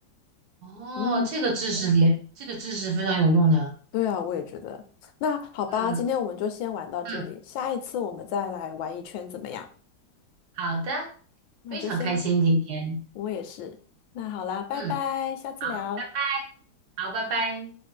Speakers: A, on the right; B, on the left.
A: 哦，
B: 嗯，
A: 这个知识点，这个知识非常有用的。
B: 对啊，我也觉得。那好吧，
A: 嗯
B: 今天我们就先玩到这里，
A: 嗯。
B: 下一次我们再来玩一圈怎么样？
A: 好的，
B: 那就先，
A: 非常开心今天，
B: 我也是。那好啦，拜拜，
A: 嗯，
B: 下次聊。
A: 好，拜拜，好，拜拜。